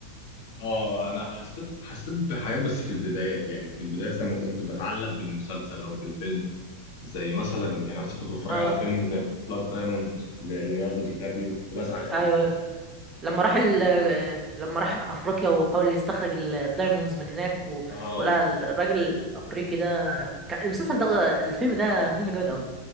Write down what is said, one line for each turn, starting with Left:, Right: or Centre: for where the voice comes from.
Left: اه انا حسيت حسيت بحاجات بس في البدايات يعني في البدايات لما كنت بتعلق بالمسلسل او بالفيلم زي مثلا يعني مثلا كنت بتفرج
Right: اه
Left: على فيلم زي بلاد دايموند لليوناردو دي كابريو كنت بزعل قوي
Right: ايوه ايوه لما
Left: ايه ده
Right: راح ال...
Left: انا
Right: لما راح افريقيا وحاول يستخرج ال- الدايموندز من هناك و...
Left: اه
Right: ولقى الراجل الافريقي ده كان المسلسل ده الفيلم ده فيلم جامد قوي